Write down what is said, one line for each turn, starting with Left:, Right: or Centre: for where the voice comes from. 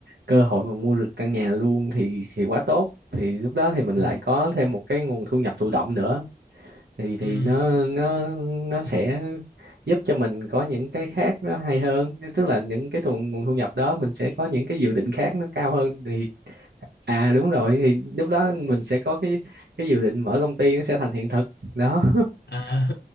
Right: cơ hội mà mua được căn nhà luôn thì thì quá tốt thì lúc đó thì mình lại
Left: ừ
Right: có thêm một cái nguồn thu nhập thụ động nữa thì thì
Left: ừ
Right: nó nó nó sẽ giúp cho mình có những cái khác nó hay hơn tức là những cái thu, nguồn thu nhập đó mình sẽ có những cái dự định khác nó cao hơn thì à đúng rồi thì lúc đó mình sẽ có cái cái dự định mở công ty nó sẽ thành hiện thực đó
Left: À,